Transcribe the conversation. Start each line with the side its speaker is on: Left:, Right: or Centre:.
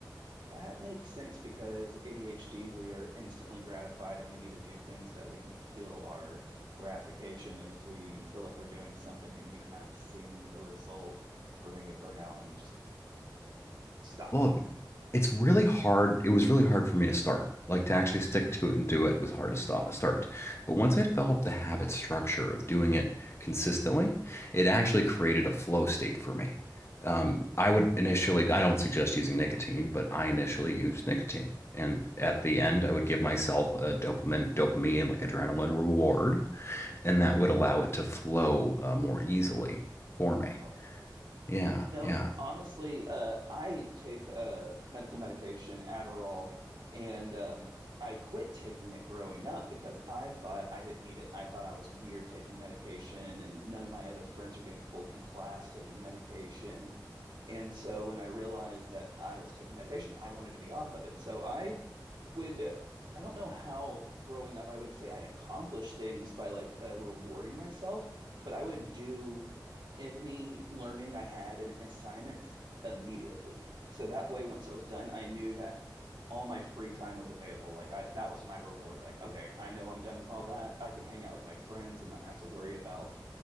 Right: that makes sense because ADHD, we are instantly gratified and we need to do things that we can feel our gratification. If we feel like we're doing something and we are not seeing the result, we're going to get burnt out and just stop.
Left: Well, it's really hard. It was really hard for me to start. Like to actually stick to it and do it was hard to stop, start. But once I developed the habit structure of doing it consistently, it actually created a flow state for me. Um, I would initially, I don't suggest using nicotine, but I initially used nicotine. And at the end, I would give myself a dopamine, dopamine, like adrenaline reward, and that would allow it to flow uh, more easily for me.
Right: Wow.
Left: Yeah,
Right: You know,
Left: yeah.
Right: honestly, uh, I take uh, medical medication, Adderall, and um, I quit taking it growing up because I thought I didn't need it. I thought I was weird taking medication, and none of my other friends are getting pulled from class taking medication. And so when I realized that I was taking medication, I wanted to be off of it. So I would uh, I don't know how growing up I would say I accomplished things by like uh, rewarding myself, but I would do any learning I had and assignments immediately. So that way, once it was done, I knew that all my free time was available. Like I, that was my reward. Like, okay, I know I'm done with all that. I can hang out with my friends and not have to worry about